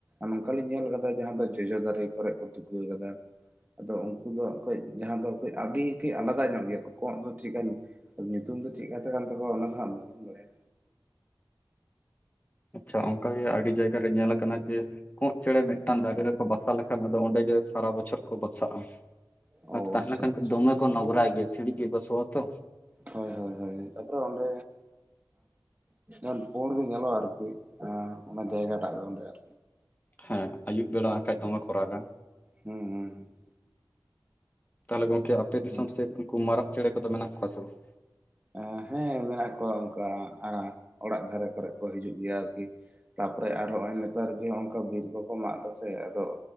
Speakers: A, on the right; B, on the left.
A: ᱱᱚᱝᱠᱟ ᱞᱤᱧ ᱧᱮᱞ ᱠᱟᱫᱟ ᱡᱟᱦᱟᱸ ᱫᱚ ᱡᱚᱡᱚ ᱫᱟᱨᱮ ᱠᱚᱨᱮᱜ ᱠᱚ ᱛᱩᱠᱟᱹ ᱠᱟᱫᱟ ᱟᱫᱚ ᱩᱱᱠᱩ ᱫᱚ ᱠᱟᱹᱡ ᱡᱟᱦᱟᱸ ᱫᱚ ᱠᱟᱹᱡ ᱟᱹᱰᱤ ᱠᱟᱹᱡ ᱟᱞᱟᱫᱟ ᱧᱚᱜ ᱜᱮᱭᱟ ᱠᱚ ᱠᱚᱸᱜ ᱫᱚ ᱪᱮᱫᱠᱟ ᱟᱫᱚ ᱧᱩᱛᱩᱢ ᱫᱚ ᱪᱮᱫ ᱠᱟᱛᱷᱟ ᱠᱟᱱ ᱛᱟᱠᱚᱣᱟ ᱚᱱᱟ ᱫᱚᱜ ᱵᱟᱹᱞᱤᱧ ᱵᱟᱲᱟᱭᱟ᱾
B: ᱟᱪᱪᱷᱟ ᱚᱱᱠᱟᱜᱮ ᱟᱹᱰᱤ ᱡᱟᱭᱜᱟᱨᱮ ᱧᱮᱞ ᱠᱟᱱᱟ ᱡᱮ ᱠᱚᱸᱜ ᱪᱮᱬᱮ ᱢᱤᱫᱴᱟᱝ ᱫᱟᱨᱮ ᱨᱮᱠᱚ ᱵᱟᱥᱟ ᱞᱮᱠᱷᱟᱱ ᱟᱫᱚ ᱚᱸᱰᱮ ᱜᱮ ᱥᱟᱨᱟ ᱵᱚᱪᱷᱚᱨ ᱠᱚ ᱵᱟᱥᱟᱜ-ᱟ᱾
A: ᱚ
B: ᱟᱨ ᱛᱟᱦᱮᱸ
A: ᱟᱪᱪᱷᱟ
B: ᱞᱮᱠᱷᱟᱱ
A: ᱟᱪᱪᱷᱟ
B: ᱠᱚ ᱫᱚᱢᱮ ᱠᱚ ᱱᱚᱜᱨᱟᱭ ᱜᱮᱭᱟ ᱥᱤᱲᱤᱡ ᱜᱮᱠᱚ ᱥᱚᱣᱟ ᱛᱚ
A: ᱦᱳᱭ ᱦᱳᱭ ᱦᱳᱭ ᱛᱟᱯᱚᱨᱮ ᱚᱸᱰᱮ ᱟ ᱯᱳᱲ ᱜᱮ ᱧᱮᱞᱚᱜᱼᱟ ᱟᱨᱠᱤ, ᱟᱸ ᱚᱱᱟ ᱡᱟᱭᱜᱟ ᱴᱟᱜ ᱫᱚ ᱚᱸᱰᱮ᱾ <inaudible>
B: ᱦᱮᱸ ᱟᱭᱩᱵ ᱵᱮᱲᱟ ᱠᱷᱟᱡ ᱫᱚᱢᱮ ᱠᱚ ᱨᱟᱜᱟ।
A: ᱦᱩᱸ- ᱦᱩᱸ- ᱦᱩᱸ
B: ᱛᱟᱦᱚᱞᱮ ᱜᱚᱝᱠᱮ ᱟᱯᱮ ᱫᱤᱥᱚᱢ
A: ᱦᱩᱸ
B: ᱥᱮᱫ ᱩᱱᱠᱩ ᱢᱟᱨᱟᱜ ᱪᱮᱬᱮ ᱠᱚᱫᱚ ᱢᱮᱱᱟᱜ ᱠᱚᱣᱟ ᱥᱮ ᱵᱟᱝ?
A: ᱟ ᱦᱮᱸ ᱢᱮᱱᱟᱜ ᱠᱚᱣᱟ ᱚᱱᱠᱟ ᱚᱲᱟᱜ ᱫᱷᱟᱨᱮ ᱠᱚᱨᱮ ᱠᱚ ᱦᱤᱡᱩᱜ ᱜᱮᱭᱟ ᱟᱨᱠᱤ᱾ ᱛᱟᱨᱯᱚᱨᱮ ᱟᱨ ᱱᱚᱜᱼᱚᱭ ᱱᱮᱛᱟᱨ ᱡᱮ ᱦᱚᱸᱜᱼᱚᱝᱠᱟ ᱵᱤᱨ ᱠᱚᱼᱠᱚ ᱢᱟᱜ ᱫᱟᱥᱮ ᱟᱫᱚ᱾